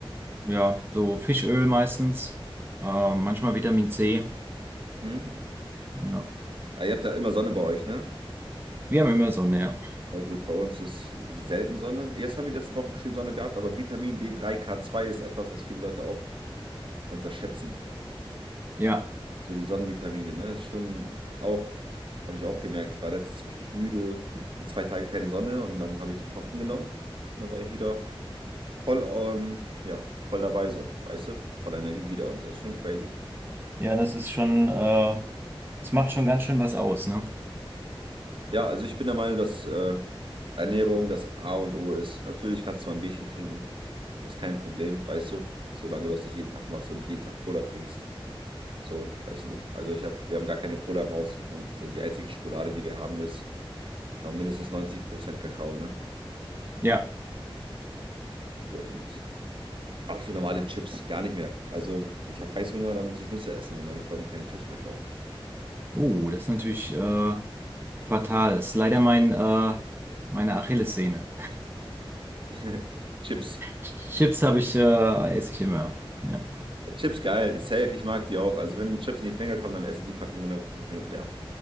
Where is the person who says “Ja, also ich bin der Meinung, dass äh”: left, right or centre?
Right